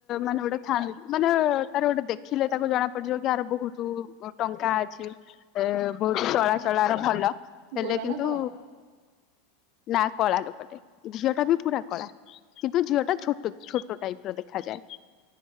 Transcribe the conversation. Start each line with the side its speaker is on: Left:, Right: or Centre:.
Left: ମାନେ ଗୋଟେ ଥାନ୍ତି ମାନେ ତାର ଗୋଟେ ଦେଖିଲେ ତାକୁ ଜଣା ପଡିଯିବ କି ଆହାର ବହୁତ ଟଙ୍କା ଅଛି ଏ ବହୁତ ଚଳାଚଳର ଭଲ। ହେଲେ
Right: ଗୋରା
Left: କିନ୍ତୁ
Right: ନା କଳା?
Left: ନା କଳା ଲୋକଟେ ଝିଅ ଟା ବି ପୁରା କଳା। କିନ୍ନ୍ତୁ ଝିଅ ଟା ଛୋଟ ଛୋଟ ଟାଇପ ର ଦେଖାଯାଏ।